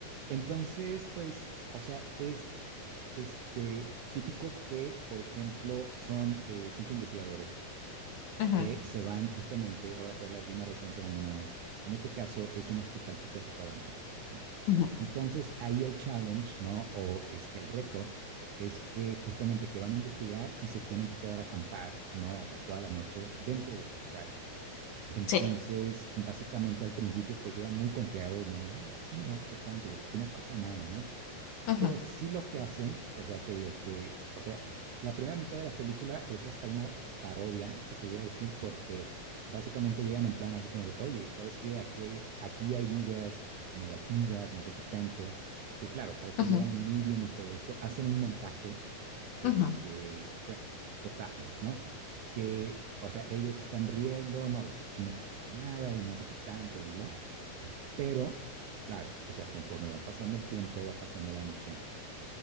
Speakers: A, on the right (about 75°); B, on the left (about 70°).
A: Entonces, pues, o sea, es este, típico que, por ejemplo, son eh, cinco investigadores
B: Ujú.
A: que se van justamente, ahora que hablas de una residencia abandonada, en este caso es un hospital psiquiátrico abandonado, ¿no?
B: Ujú.
A: Entonces, ahí el challenge, ¿no? O este, el reto es que justamente que van a investigar y se tienen que quedar a acampar, ¿no? O sea, toda la noche dentro del hospital. Entonces,
B: Sí.
A: básicamente al principio, pues llegan muy confiados, ¿no? De, oye, sí, no sé qué tanto, y aquí no pasa nada, ¿no?
B: Ujú,
A: Pero sí lo que hacen, o sea, te digo que, o sea, la primera mitad de la película es hasta una parodia, se pudiera decir, porque básicamente llegan en plan así como de, oye, ¿sabes qué? Aquí hay, aquí hay vibras negativas, no sé qué tanto, que claro, para esto
B: ujú.
A: llevan un medium y todo esto, hacen un montaje, este,
B: Ujú,
A: bueno, total, ¿no? Que, o sea, ellos están riendo, ¿no? De que aquí no pasa nada y no sé qué tanto, bla, bla, bla. pero, claro, o sea, conforme va pasando el tiempo, va pasando la noche,